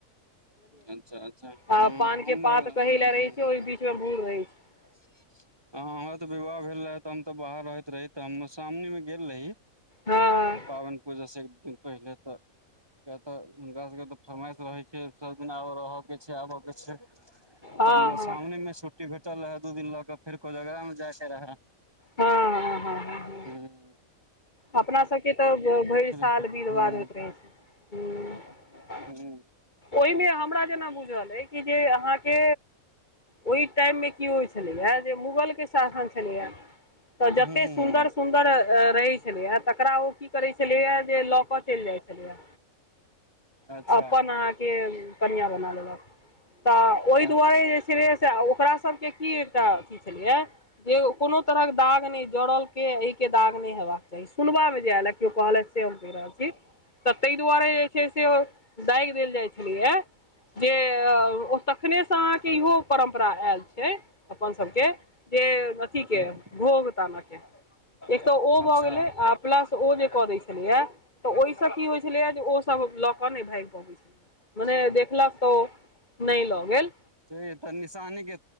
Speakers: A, on the right (about 15°); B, on the left (about 30°).
A: अच्छा-अच्छा
B: आ
A: हां
B: पान
A: हमर
B: के पात
A: हां-हां।
B: कहै लए रहै छै ओहि
A: हां
B: बीच मे भूर रहै छै
A: हमरा तऽ विवाह भेल रहै तऽ हम तऽ बाहर रहैत रही तऽ हम मौश्रामणी मे गेल रही।
B: हां-हां।
A: पाबैन पूजा से एक दिन पहिले त किया त हुनका सबके त फरमाइश रह सब दिन आबा रहा के छै, आबै के छै
B: हँ
A: तब मौश्रामणी
B: हँ
A: मे छुट्टी भेटल रहै दू दिन ल तब फेर कोजगरा मे जाय के रहाए।
B: हां-हां-हां-हां-हां-हां।
A: हुं।
B: अपना सबके तऽ भैर साल
A: हूँ
B: विध-वाध होएत रहै छै, हुं।
A: हुं।
B: ओहिमे हमरा जेना बुझल अइ कि जे अहाँके ओहि टाइम मे की होइत छलैेया, जे मुगलके शासन छलैया। तऽ जते
A: हूँ हूँ
B: सुन्दर- सुन्दर रहै छ छलैया, तकरा ओ की करैत छलैया जे, लऽ क चलि जाइ छलैया।
A: अच्छा
B: अपन अहांके कनिया बना लेलक, तऽ ओहि दुआरे
A: अच्छा
B: जे छलैया से आ, ओकरा सबके की एकटा अथी छलैया। जे ओ कोनो तरहक दाग नहि, जड़ल के एहि के दाग नहि हेबाक चाही। सुनबा मे जे आयल, या केओ कहलथि से हम कहि रहल छी, तऽ ताहि दुआरे जे छै से ओ दागि देल जाइ छलैया। जे ओ तखनेसँ अहाँके इहो परम्परा आयल छै। अपन सबके, जे अथि
A: हूँ,
B: के, घोघ ताना के, एक तऽ ओ
A: अच्छा
B: भऽ गेलै, आ प्लस ओ जे कऽ दै छलैया तऽ, ओहिसँ की होइ छलैया, जे ओ सब ल क नहि भागि पाबैत छलै, मने देखलक तऽ ओ नहि लऽ गेल।
A: छैहे तऽ निशानी के